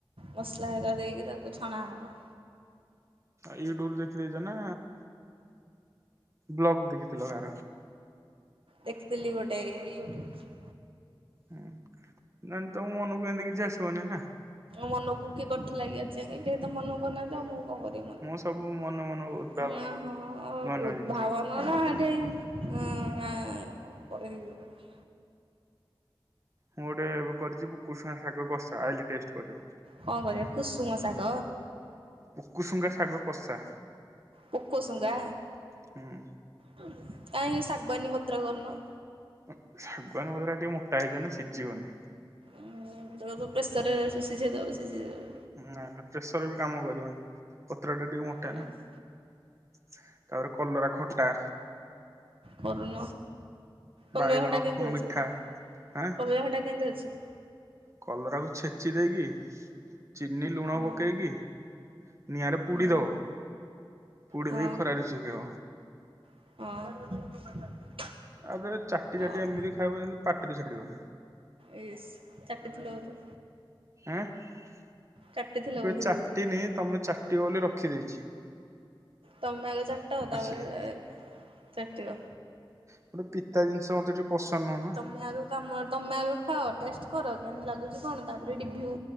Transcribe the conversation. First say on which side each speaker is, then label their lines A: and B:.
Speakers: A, on the right; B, on the right.
A: ମସଲା ହେକା ଦେଇକି ତାକୁ ଛଣା ହବ।
B: ୟୁଟ୍ୟୁବୁ ରୁ ଦେଖି ଦେଇଛ ନା ବ୍ଲଗ୍ ଦେଖିଥିଲ କାହାର?
A: ଦେଖିଥିଲି ଗୋଟେ ଏଇ ୟୁଟ୍ୟୁବୁ ରୁ।
B: ହୁଁ ନହେଲେ ତମ ମନକୁ ଏଁତି କିଛି ଆସିବନି ନା?
A: ମନକୁ କିଏ କୋଠି ଲାଗିଛି କେହି ତ ମନୁକୁ କରୁନାହାଁନ୍ତି ତ ଆଉ ମୁଁ କଁ କରିବି ମନୁକୁ।
B: ମୁଁ ସବୁ ମନ ମନ ଉଦ୍ଭାବନ
A: ହ
B: କରୁଛି।
A: ହୁଁ ହଁ
B: ନୂଆ ନୂଆ
A: ଉଦ୍ଭାବନ
B: ଜିନିଷ
A: ନା ଇଠେଇଁ ଉଁ
B: ହୁଁ
A: ଆ କଁ ପରେ ହେଇଯିବ ତ?
B: ମୁଁ ଗୋଟେ ଏବେ କରିଛି ମୁଁ କୋଶଳା ଶାଗ କଷା ଆଇଲେ ଟେଷ୍ଟ୍ କରିବ।
A: କଣ କରିବା କୁସୁମ ଶାଗ
B: ପୁକୁ ଶୁଙ୍ଗା ଶାଗ କଷା
A: ପୋକ ଶୁଙ୍ଗା
B: ହୁଁ
A: କାହିଁକି ଶାଗୁଆନୀ ପତ୍ର କରୁନ।
B: ଉୁଁ ଶାଗୁଆନ ପତ୍ରଟା ଟିକେ ମୋଟା ହେଇଯିବ ନା ସିଝିବନି।
A: ଉୁଁ ତାକୁ ତ ପ୍ରେସରରେ ସିଝେଇ ଦବୁ ସିଝିଯିବ।
B: ନାଁ ନାଁ ପ୍ରେସର ବି କାମ କରିବନି। ପତ୍ର ଟା ଟିକେ ମୋଟା
A: କାହିଁ
B: ନା ତାପରେ କଲରା ଖଟା।
A: କରୁନ। କଲରା
B: ବାଇଗଣ
A: ଖଟା କେଁତି
B: ଖ
A: ହଉଛି
B: ମିଠା ଆଁ
A: କଲରା ଖଟା କେଁତି ହଉଛି?
B: କଲରାକୁ ଛେଚି ଦେଇକି ଚିନି ଲୁଣ
A: ହଁ
B: ପକେଇକି ନିଆଁରେ ପୁଡି
A: ହଁ
B: ଦବ ପୁଡି
A: ହଁ
B: ଦେଇ ଖରାରେ ଶୁଖେଇବ।
A: ହଁ।
B: ଆଉ ତାପରେ ଚାଟି
A: ହଉ
B: ଚାଟି ଏମିତି ଖାଇବ ଯେମିତି ପାଟିରୁ ଛାଡିବନି।
A: ଇସ୍ ଚାଟିିିଥିଲ ବୋଧେ?
B: ଆଁ ମୁଁ
A: ଚାଟିଥିଲ
B: କେବେ
A: ବୋଧେ
B: ଚାଟିନି
A: ଯୋଉଦିନ
B: ତମେ ଚାଟିବ ବୋଲି ରଖିଦେଇଛି।
A: ତମେ ଆଗ ଚାଟ
B: ଆସିଲେ
A: ତାପରେ ଏ ଚାଟିବ।
B: ଗୋଟେ ପିତା ଜିନିଷ ମତେ ଟିକେ ପସନ୍ଦ ନୁହଁ ନା
A: ତମେ ଆଗ କାମ ତମେ ଆଗ ଖାଅ ଟେଷ୍ଟ୍ କର କେମିତି ଲାଗୁଛି କଣ। ତାପରେ ରିଭ୍ୟୁ